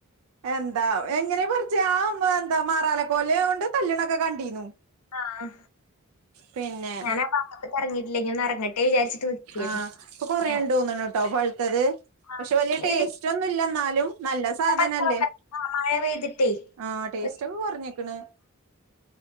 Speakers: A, on the right (about 65°); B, on the left (about 90°).
A: എന്താ എങ്ങനെ പർച്ചാ ആ എന്താ മാറാലക്കോല് കൊണ്ട് തല്ലണൊക്കെ കണ്ടീന്നു
B: ആഹ്
A: പിന്നെ
B: ഞാനാ ഭാഗത്ത്ക്ക് എറങ്ങിയിട്ടില്ലെയ് ഇനി ഒന്ന് എറങ്ങി ങ്ങട്ടേ വിചാരിച്ചിട്ട് നിക്കാരുന്നു
A: ആഹ് ഇപ്പൊ
B: പിന്നെ
A: കൊറേണ്ട് തോന്ന്ണുട്ടോ പഴുത്തത്
B: ആ
A: പക്ഷെ വല്യ
B: എന്നിട്ട്
A: ടേസ്റ്റ് ഒന്നുല്ല ന്നാലും നല്ല സാധനല്ലേ
B: പച്ചവെള്ളം ആ മഴ പെയ്തിട്ടേ
A: ആഹ് ടേസ്റ്റ്
B: ഒരു
A: ഒക്കെ കൊറഞ്ഞ്ക്ക്ണ്